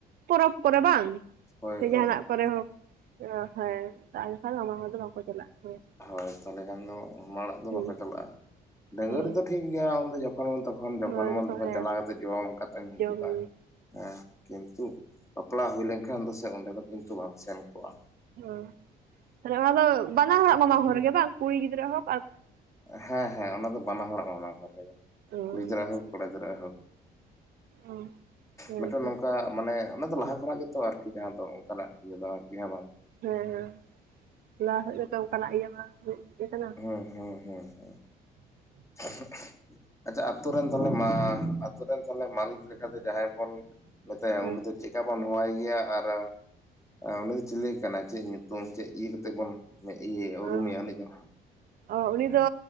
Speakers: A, on the right (about 60°); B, on the left (about 15°).
A: ᱯᱚᱨᱚᱵᱽ ᱠᱚᱨᱮ ᱵᱟᱝ
B: ᱦᱳᱭ
A: ᱥᱮ ᱡᱟᱦᱟᱱᱟᱜ
B: ᱦᱳᱭ
A: ᱠᱚᱨᱮ ᱦᱚᱸ ᱦᱮᱸ ᱟᱨ ᱵᱟᱠᱷᱟᱡ ᱫᱚ ᱢᱟᱢᱟ ᱦᱚᱲ ᱫᱚ ᱵᱟᱠᱚ ᱪᱟᱞᱟᱜᱼᱟ ᱦᱮᱸ
B: ᱦᱳᱭ ᱛᱟᱦᱚᱞᱮ ᱠᱷᱟᱱ ᱫᱚ ᱢᱟᱢᱟ ᱚᱲᱟᱜ ᱫᱚ
A: ᱦᱩᱸ
B: ᱵᱟᱠᱚ ᱪᱟᱞᱟᱜᱼᱟ᱾ ᱰᱟᱹᱝᱜᱩᱣᱟᱹ
A: ᱦᱳᱭ
B: ᱨᱮ ᱫᱚ ᱴᱷᱤᱠ ᱜᱮᱭᱟ ᱩᱱ ᱫᱚ ᱡᱚᱠᱷᱚᱱ ᱢᱚᱱ ᱛᱚᱠᱷᱚᱱ ᱛᱚᱠᱷᱚᱱ ᱡᱚᱠᱷᱚᱱ
A: ᱦᱳᱭ
B: ᱢᱚᱱ
A: ᱫᱚᱠᱚ
B: ᱛᱚᱠᱷᱚᱱ
A: ᱦᱮᱸ
B: ᱪᱟᱞᱟᱣ ᱠᱟᱛᱮ ᱡᱚᱢ ᱠᱟᱛᱮᱢ ᱦᱤᱡᱩᱜᱼᱟ᱾
A: ᱡᱚᱢ ᱧᱩ
B: ᱦᱮᱸ ᱠᱤᱱᱛᱩ ᱵᱟᱯᱞᱟ ᱦᱩᱭ ᱞᱮᱱᱠᱷᱟᱱ ᱫᱚ ᱥᱮ ᱚᱸᱰᱮ ᱫᱚ ᱠᱤᱱᱛᱩ ᱵᱟᱢ ᱥᱮᱱ ᱠᱚᱜᱼᱟ᱾
A: ᱦᱚ ᱛᱟᱦᱞᱮ ᱚᱱᱟ ᱫᱚ ᱵᱟᱱᱟ ᱦᱚᱲᱟᱜ ᱢᱟᱢᱟ ᱦᱚᱲ ᱨᱮ ᱜᱮ ᱵᱟᱝ ᱠᱩᱲᱤ ᱜᱤᱫᱽᱨᱟᱹ ᱦᱚᱠ
B: ᱦᱮᱸ ᱦᱮᱸ ᱚᱱᱟ ᱫᱚ ᱵᱟᱱᱟ ᱦᱚᱲᱟᱜ ᱢᱟᱢᱟ ᱜᱷᱚᱨ ᱨᱮᱜᱮ᱾
A: ᱚ
B: ᱠᱩᱲᱤ ᱜᱤᱫᱽᱨᱟᱹᱣᱟᱠ
A: ᱟᱪᱪᱷᱟ
B: ᱦᱳᱠ ᱠᱚᱲᱟ ᱜᱤᱫᱽᱨᱟᱹᱣᱟᱜ ᱦᱳᱠ
A: ᱚ ᱦᱮᱸᱛᱚ
B: ᱢᱤᱫᱴᱮᱱ
A: ᱦᱮᱸ
B: ᱱᱚᱝᱠᱟ ᱢᱟᱱᱮ ᱚᱱᱟ ᱫᱚ ᱞᱟᱦᱟ ᱠᱷᱚᱱᱟᱜ ᱜᱮᱛᱚ ᱟᱨᱠᱤ ᱡᱟᱦᱟᱸ ᱫᱚ ᱚᱱᱠᱟᱱᱟᱜ᱾ <unintelligible>
A: ᱦᱮᱸ ᱦᱮᱸ᱾ ᱞᱟᱦᱟ ᱥᱮᱫ ᱫᱚ ᱚᱱᱠᱟᱱᱟᱜ ᱤᱭᱟᱹ ᱵᱟᱝ <unintelligible>
B: ᱦᱩᱸ ᱦᱩᱸ ᱦᱩᱸ ᱦᱩᱸ ᱾ ᱟᱪᱪᱷᱟ ᱟᱵ ᱟᱛᱩ ᱨᱮᱱ ᱛᱟᱞᱦᱮ ᱢᱟ ᱟᱛᱩ ᱨᱮᱱ ᱛᱟᱦᱮᱞᱮ ᱢᱟᱞᱤᱠ ᱞᱮᱠᱟᱛᱮ ᱡᱟᱸᱦᱟᱭ ᱵᱚᱱ ᱢᱮᱛᱟᱭᱟ
A: ᱦᱮᱸ
B: ᱩᱱᱤ ᱫᱚ ᱪᱮᱜᱠᱟ ᱵᱚᱱ ᱦᱚᱦᱚᱟᱭ ᱜᱮᱭᱟ ᱟᱨ ᱟ ᱩᱱᱤ ᱫᱚ ᱪᱮᱞᱮ ᱠᱟᱱᱟ? ᱪᱮᱜ ᱧᱩᱛᱩᱢ? ᱪᱮᱜ ᱤᱭᱟᱹ ᱠᱟᱛᱮᱜ ᱵᱚᱱ ᱤᱭᱟᱹ ᱩᱨᱩᱢᱮᱭᱟ
A: ᱚ
B: ᱩᱱᱤ ᱫᱚ
A: ᱚ ᱩᱱᱤ ᱫᱚ